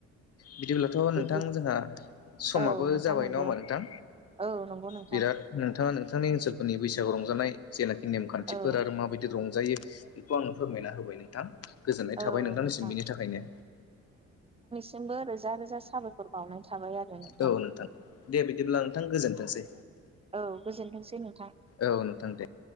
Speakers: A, on the left; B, on the right.
A: बिदिब्लाथ'
B: बिदि
A: नोंथां जोंहा समाबो
B: औ नोंथां
A: जाबाय
B: नंगौ
A: नङा हबा नोंथां!
B: औ नंगौ नोंथां
A: बिराद नोंथाङा नोंथांनि ओनसोलफोरनि बैसागु रंजानाय जेनाखि नेमखान्थिफोर
B: औ
A: आरो माबायदि रंजायो बेखौ आंनो फोरमायना होबाय नोंथां। गोजोननाय
B: औ
A: थाबाय नोंथांनिसिम
B: नोंथां
A: बिनि थाखायनो।
B: जोंबो रोजा रोजा साबायखर बावो। थाबाय आरो नोंथां
A: औ दे बिदिब्ला नोंथां गोजोनथोंसै
B: औ गोजोनथोंसै नोंथां।
A: औ नोंथां दे।